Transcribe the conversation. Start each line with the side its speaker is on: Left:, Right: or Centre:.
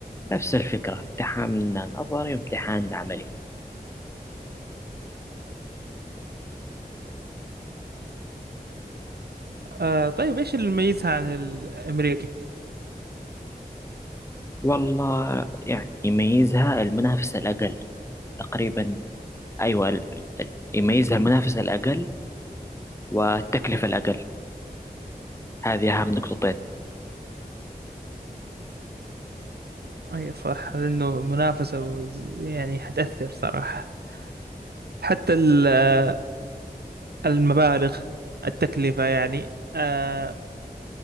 Left: نفس الفكرة امتحان نظري وامتحان عملي
Right: آه طيب إيش اللي يميزها عن الأمريكي؟
Left: والله يعني يميزها المنافسة الأقل تقريبا أيوة ال- ال- يميزها المنافسة الأقل والتكلفة الأقل هذه أهم نقطتين
Right: أي صح لأنه منافسة وز... يعني حتأثر صراحة حتى ال- آه، المبالغ التكلفة يعني آه